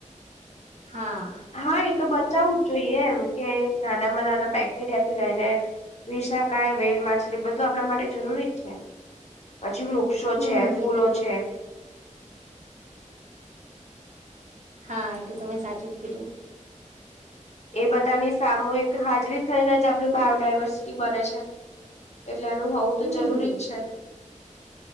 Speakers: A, on the right; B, on the left.
A: હા
B: હા એ તો બચાવું જ જોઈએ એમ કે નાનામાં નાના બેક્ટેરિયાથી લઈને વિસાકાય વેલ માછલી બધું આપણા માટે જરૂરી જ છે. પછી વૃક્ષો
A: હમ
B: છે ફૂલો
A: એ તો
B: છે
A: હા એ તો તમે સાચું જ કીધું
B: એ બધાની સામૂહિક હાજરી થઈને જ આપડી બાયોડાયવર્સિટી બને છે એટલે એનું હોવું તો
A: હમ
B: જરૂરી જ છે